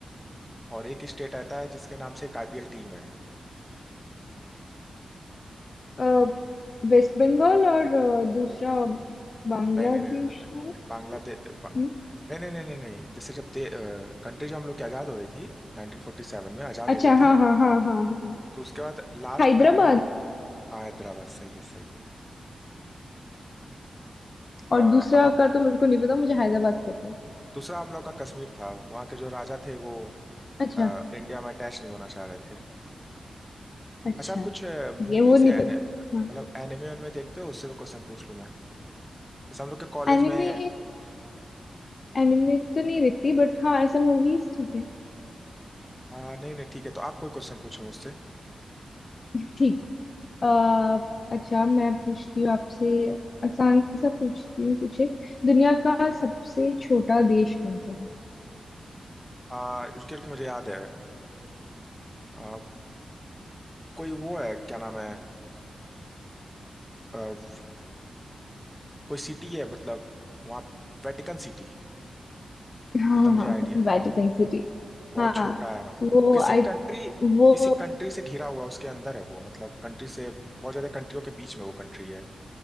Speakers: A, in the centre; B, on the left.
A: और एक स्टेट आता है जिसके नाम से एक आईपीएल टीम है
B: अ, वेस्ट बंगाल और अ, दूसरा बांग्लादेश
A: नहीं नहीं नहीं नहीं नहीं नहीं
B: है
A: नहीं, बांग्लादेश बा,
B: हम्म,
A: नहीं नहीं नहीं नहीं नहीं जैसे जब ते कंट्री जो हम लोग की आज़ाद हो रही थी 1947 में आज़ाद
B: अच्छा
A: हो गई
B: हाँ
A: थी
B: हाँ हाँ हाँ हाँ
A: तो उसके बाद लास्ट
B: हैदराबाद
A: में दो हाँ हैदराबाद सही है सही है
B: और
A: अ,
B: दूसरा
A: अब आप
B: का तो मेरे को नहीं पता मुझे हैदराबाद पता है
A: दूसरा हम लोग का कश्मीर था वहाँ के जो राजा थे वो
B: अच्छा
A: अ, इंडिया में अटैच नहीं होना चाह रहे थे
B: अच्छा
A: अच्छा आप कुछ मूवीज
B: ठीक है वो नहीं
A: या
B: पता
A: एने, मतलब
B: हाँ
A: एनिमे उनमें देखते हो उससे भी क्वेश्चन पूछ लूँ मैं जैसे हम लोग के कॉलेज
B: एनिमे
A: में
B: एनिमे तो नहीं देखती बट हाँ ऐसे मूवीज ठीक है
A: अ, नहीं नहीं ठीक है तो आप कोई क्वेश्चन पूछो मुझसे
B: <laughs> ठीक है अह, अच्छा मैं पूछती हूँ आपसे आसान सा पूछती हूँ कुछ एक दुनिया का सबसे छोटा देश कौन सा है
A: अ, रुकिए रुकिए मुझे याद है अ, कोई वो है क्या नाम है कोई सिटी है मतलब वहाँ वेटिकन सिटी
B: हाँ
A: जितना मुझे आइडिया है
B: वेटिकन सिटी
A: बहुत
B: हाँ
A: छोटा है मतलब
B: वो
A: किसी
B: आई
A: कंट्री
B: वो
A: किसी कंट्री से घिरा हुआ उसके अंदर है वो मतलब कंट्री से बहुत ज्यादा कंट्रियों के बीच में वो कंट्री है